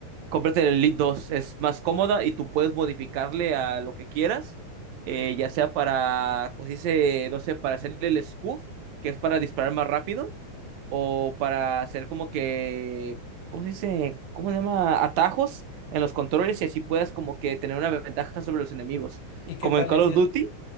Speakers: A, on the right; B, on the left.
A: cómprate el Elite dos es más cómoda y tú puedes modificarle a lo que quieras, eh, ya sea para, pues dice, no sé, para hacerle el scuff, que es para disparar más rápido, o para hacer como que, ¿cómo se dice? ¿Cómo se llama? Atajos en los controles y así puedas como que tener una ventaja sobre los enemigos.
B: ¿Y qué
A: Como
B: tal
A: en Call
B: es
A: of
B: el,
A: Duty,